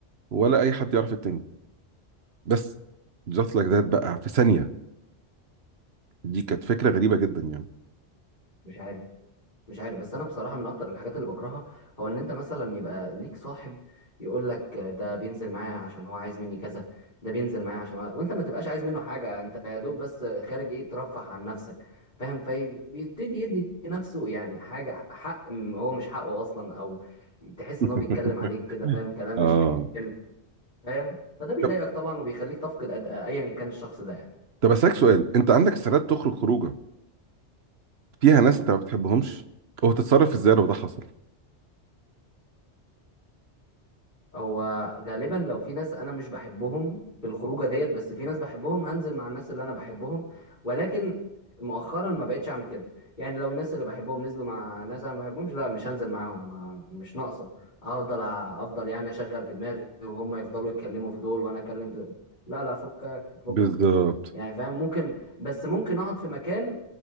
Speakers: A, on the right; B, on the left.
A: ولا اي حد يعرف التاني بس جات لك ده بقى في ثانيه دي كانت فكرة غريبة جدا يعني
B: مش عارف مش عارف بس انا بصراحه من اكتر الحاجات اللي بكرهها هو ان انت مثلا يبقى ليك صاحب يقول لك ده بينزل معايا عشان هو عايز مني كذا ده بينزل معايا عشان هو... وانت ما تبقاش عايز منه حاجه انت يا دوب بس خارج ايه ترفه عن نفسك فاهم فبيبتدي يدي نفسه يعني حاجه حق م- هو مش حقه اصلا او تحس
A: <laughs>
B: ان هو بيتكلم عليك كده فاهم كلام
A: اه
B: مش حلو فاهم فده بيضايقك
A: طب
B: طبعا وبيخليك تفقد أد... ايا كان الشخص ده يعني
A: طب اسالك سؤال انت عندك استعداد تخرج خروجه فيها ناس انت ما بتحبهمش هو تتصرف ازاي لو ده حصل
B: هو غالبا لو في ناس انا مش بحبهم في الخروجه ديت بس في ناس بحبهم هنزل مع الناس اللي انا بحبهم ولكن مؤخرا ما بقتش اعمل كده يعني لو الناس اللي بحبهم نزلوا مع ناس انا ما بحبهمش لا مش هنزل معاهم ما- مش ناقصه هفضل افضل يعني اشغل في دماغي وهم يفضلوا يتكلموا في دول وانا اكلم في دول لا لا فكك فكك
A: بالظبط
B: يعني فاهم ممكن بس ممكن اقعد في مكان